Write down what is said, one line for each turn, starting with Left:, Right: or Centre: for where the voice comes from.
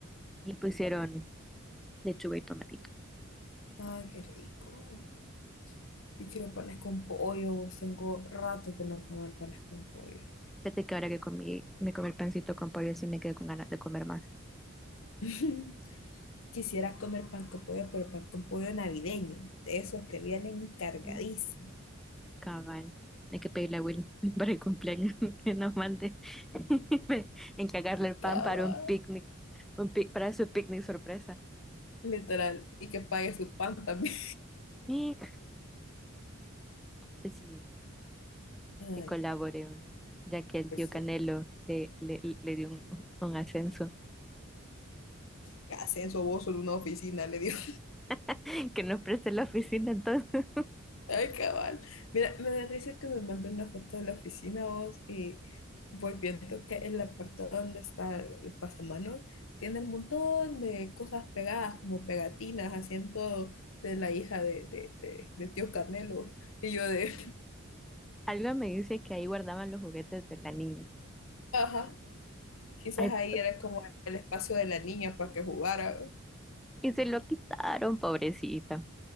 Centre: Y pusieron lechuga y tomatito.
Left: Ay, qué rico. Yo quiero panes con pollo. Tengo rato de no comer panes con pollo.
Centre: Fíjate que ahora que comí, me comí el pancito con pollo, sí me quedé con ganas de comer más.
Left: <laughs> Quisiera comer pan con pollo, pero pan con pollo navideño, de esos que vienen cargadísimos.
Centre: Mm, Cabal. Hay que pedirle a Will <laughs> para el cumpleaños <laughs> que nos mande <laughs> encargarle el pan
Left: Cava,
Centre: para un picnic, un pic- para su picnic sorpresa.
Left: literal. Y que pague su pan también.
Centre: Y, pues sí,
Left: Ay,
Centre: que colaboren, ya que el
Left: pues
Centre: tío Canelo
Left: sí.
Centre: le, le, le dio un, un ascenso,
Left: ¿Qué hacen su voz solo una oficina? Le digo.
Centre: <laughs> que nos preste la oficina. Entonces,
Left: <laughs> Ay, cabal. Mira, me da risa que me mande una foto de la oficina vos y voy viendo que en la parte donde está el pasamanos tiene un montón de cosas pegadas, como pegatinas, así en todo, de la hija de, de, de, de tío Canelo. Y yo de,
Centre: <laughs> algo me dice que ahí guardaban los juguetes de la niña.
Left: <laughs> ajá, quizás
Centre: Ay, p-
Left: ahí era como el espacio de la niña para que jugara.
Centre: y se lo quitaron, pobrecita.